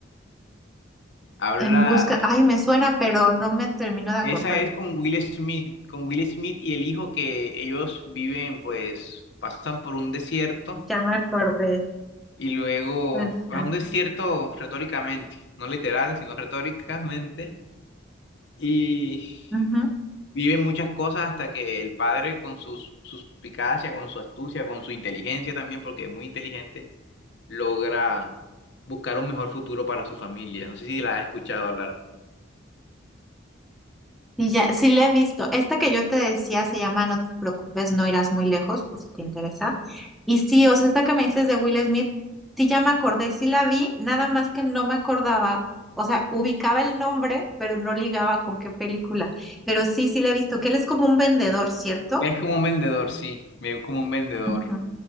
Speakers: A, on the left (about 60°); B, in the centre.
A: Habla,
B: En busca, ay, me suena, pero no me termino de acordar.
A: esa es con Will Smith, con Will Smith y el hijo que ellos viven, pues, pasan por un desierto
B: Ya me acordé.
A: Y luego
B: Ajá.
A: a un desierto retóricamente, no literal, sino retóricamente. Y
B: ujú.
A: vive muchas cosas hasta que el padre con su suspicacia, con su astucia, con su inteligencia también, porque es muy inteligente, logra buscar un mejor futuro para su familia. No sé si la has escuchado hablar.
B: Y ya, sí la he visto. Esta que yo te decía se llama No te preocupes, no irás muy lejos, pues si te interesa. Y sí, o sea, esta que me dices de Will Smith, sí ya me acordé, sí la vi, nada más que no me acordaba, o sea, ubicaba el nombre, pero no ligaba con qué película. Pero sí, sí la he visto, que él es como un vendedor, ¿cierto?
A: Es como un vendedor, sí, me veo como un vendedor.
B: Ujú.